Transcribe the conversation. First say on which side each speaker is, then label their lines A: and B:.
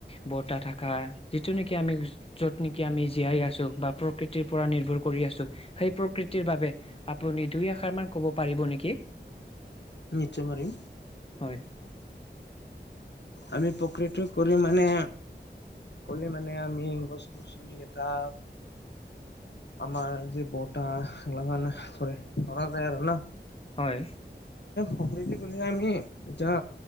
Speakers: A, on the left (about 30°); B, on the left (about 65°).
A: বতাহ, থকা যিটো নেকি আমি য'ত নেকি আমি জীয়াই আছো, বা প্ৰকৃতিৰ পৰা নিৰ্ভৰ কৰি আছো, সেই প্ৰকৃতিৰ বাবে আপুনি দুই আশাৰ মান কব পাৰিব নেকি? <inaudible>
B: নিশ্চয় পাৰিম।
A: হয়।
B: আমি পকীটো কৰি মানে কলে মানে আমি গছ গছনি কেইটা আমাৰ যে বটাাহ সগিলা কাৰানে ধৰি ধৰা যায় আৰু না
A: হয়
B: খপৰিী গলে আমি এতিয়া